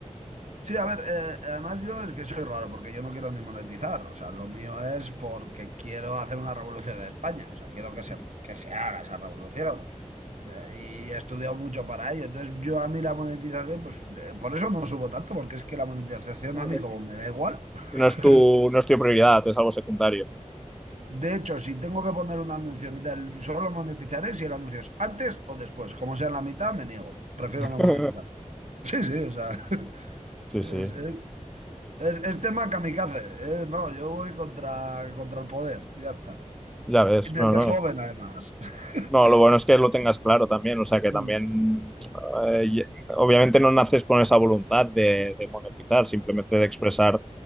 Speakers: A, on the right; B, in the centre.
A: Sí, a ver, eh, además yo es que soy raro porque yo no quiero ni monetizar, o sea, lo mío es porque quiero hacer una revolución en España, o sea, quiero que se,
B: Ujú.
A: que se haga esa revolución. O sea, y he estudiado mucho para ello, entonces yo a mí la monetización, pues eh, por eso no subo tanto, porque es que la monetización
B: No,
A: a mí
B: que
A: como
B: sí.
A: me da igual.
B: No es
A: <laughs>
B: tu, no es tu prioridad, es algo secundario.
A: De hecho, si tengo que poner un anuncio en mitad, del- solo monetizaré si el anuncio es antes o después, como sea en la mitad, me niego, prefiero
B: <laughs>
A: no monetizar. Sí, sí, o sea, <laughs>
B: Sí,
A: sí,
B: sí.
A: es, es- Es, es tema kamikaze, ¿eh? No, yo voy contra, contra el poder, ya está.
B: Ya ves,
A: Y Desde
B: no, no.
A: joven, además. <laughs>
B: No, lo bueno es que lo tengas claro también, o sea que también,
A: Mm.
B: eh, y- obviamente no naces con esa voluntad de, de monetizar, simplemente de expresar